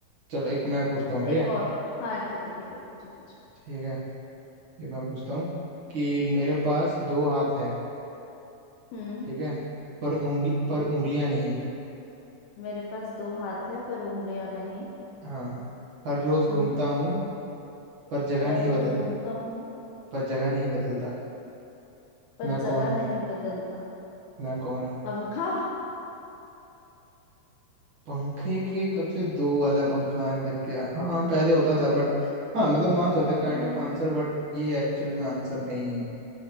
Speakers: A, on the right (about 55°); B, on the left (about 75°).
A: चलो एक मैं पूछता हूँ ठीक
B: एक
A: है
B: और हाँ ठीक है ठीक है पूछो पूछो
A: ठीक है एक मैं पूछता हूँ कि मेरे पास दो हाथ है
B: हम्म
A: ठीक है पर उंगली पर
B: मे-
A: उंगलियां नहीं
B: मेरे पास दो हाथ है पर उंगलियां नहीं
A: हाँ हर रोज घूमता
B: हम्म
A: हूँ पर जगह
B: हर
A: नहीं
B: रोज
A: बदल
B: घूमता हूँ
A: पर जगह नहीं बदलता
B: पर
A: मैं
B: जगह
A: कौन हूँ
B: नहीं बदलता
A: मैं कौन हूँ
B: पंखा
A: पंखे के कब से दो वाला पंखा आने लग गया हाँ पहले होता था बट हाँ मतलब मान सकते काइंड
B: नहीं
A: ऑफ आंसर बट ये एक्चुअल में आंसर नहीं है